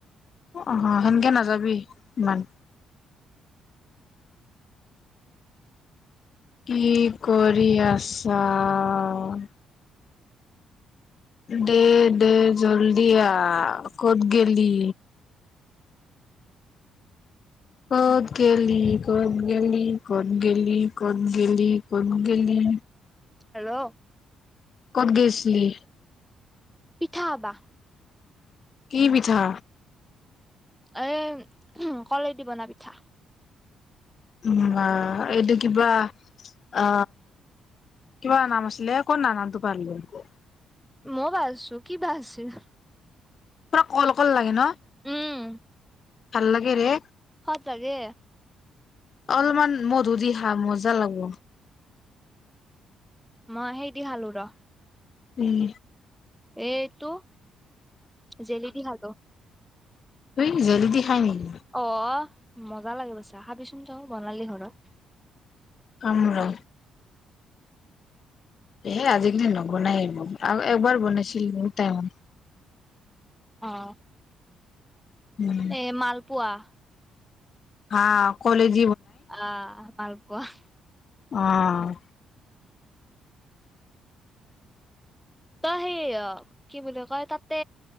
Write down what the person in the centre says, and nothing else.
হেল্ল'।
পিঠাবা।
এ, কলেদি বনা পিঠা
মইও ভাবিছোঁ কিবা আছিল?
উম।
স পাৰে।
মই সেই দি খালো ৰ।
এইটো। জেলেবি খালো
অ মজা লাগিব চা খাবিচোন চা বনাবি ঘৰত
অঁ
এ মালপোৱা
অঁ মাল ওৱাহ
তই সেই অঁ কি বুলি কয়, তাতে